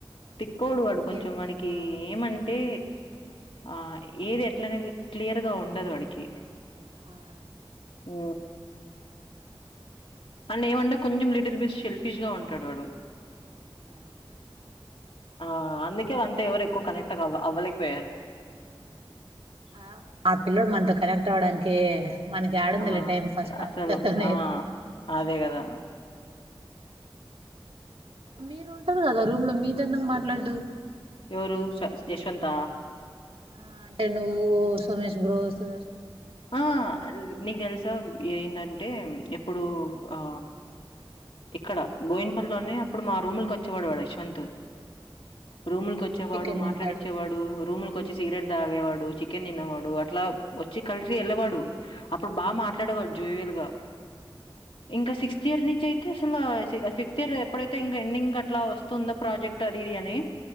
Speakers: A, on the left; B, on the right.
A: తిక్కోడు వాడు కొంచెం
B: ఏం పేరు
A: వానకి
B: ఆ
A: ఏమంటే ఆ ఏది ఎట్లానేడిది క్లియర్గా ఉండదు వాడికి
B: ఆ
A: ఊ అడ్ ఏమండే కొంచెం లిటిల్ బిస్ షెల్ఫిష్ గా ఉంటాడు వాడు
B: ఉ
A: ఆ అందుకే అంతా ఎవరు ఎక్కువ కనెక్ట్వ అవ్వ అవ్వలేకపోయారు
B: ఆ ఆ పిల్లోడు మనతో కనెక్ట్ అవడానికి మనకి యాడుందిలే
A: ఆ!
B: టైం ఫస్ట్
A: అసలు
B: ఆపిల్లతోనే
A: ఆ!
B: ఎక్కువం
A: అదే గదా!
B: మీరు ఉంటారు కదా రూమ్ లో మీతో ఎందుకు మాట్లాడ్డు
A: ఎవరు శ యశ్వంత
B: ఆ అంటే నువ్వు సుమేష్ బ్రో సుష్
A: ఆ నీకు తెలుసా ఏందంటే ఎప్పుడు ఆ ఇక్కడ బోయిన్పల్ లోనే అప్పుడు మా రూములకి వచ్చేవాడు వాడు యశ్వంత్ రూములకొచ్చేవాడు
B: చికెన్
A: మాట్లాడిచ్చేవాడు
B: తింటాడు
A: రూము కొచ్చి సిగరెట్ తాగేవాడు చికెన్ తినేవాడు అట్లా వచ్చి కలిసి వెళ్ళవాడు అప్పుడు బాగా మాట్లాడేవాడు జోయిల్ గా ఇంకా సిక్స్త్ ఇయర్ నుంచి అయితే అసలు ఫిఫ్త్ ఇయర్ ఎప్పుడైతే ఇంక ఎండింగ్ అట్లా వస్తుందో ప్రాజెక్ట్ అది ఇది అని